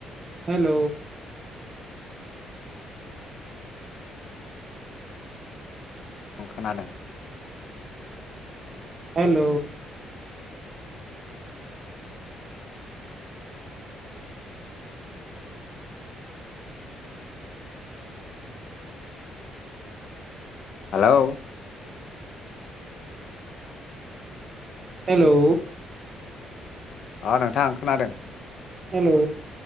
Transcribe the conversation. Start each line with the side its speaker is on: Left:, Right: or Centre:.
Right: hello
Left: ओं खोनादों।
Right: हेल'
Left: हेलौ
Right: हेल'
Left: अ नोंथां खोनादों।
Right: हेलौ